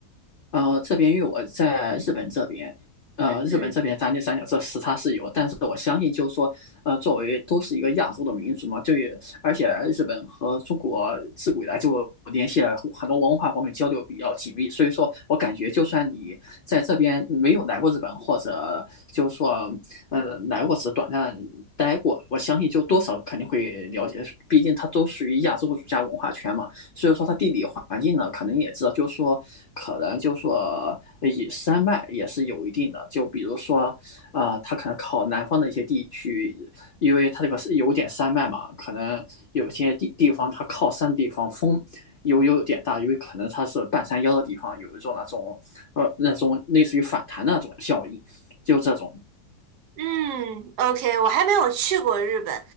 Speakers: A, on the left; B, on the right.
A: 呃，这边因为我在日本这边，呃，
B: 嗯。
A: 日本这边三天三角这时差是有，但是我相信就是说，呃，作为都是一个亚洲的民族嘛，就也而且日本和中国自古以来就联系了很多文化方面交流比较紧密，所以说我感觉就算你在这边没有来过日本，或者就是说，呃，来过只短暂待过，我相信就多少肯定会了解，毕竟它都属于亚洲儒家文化圈嘛。所以说它地理环境呢，可能也知道，就是说，可能就是说，呃以山脉也是有一定的。就比如说，啊、呃它可能靠南方的一些地区，因为它这个是有点山脉嘛，可能有些地地方它靠山的地方风有有点大，因为可能它是半山腰的地方，有一种那种呃那种类似于反弹的那种效应，就这种，
B: 嗯，OK，我还没有去过日本，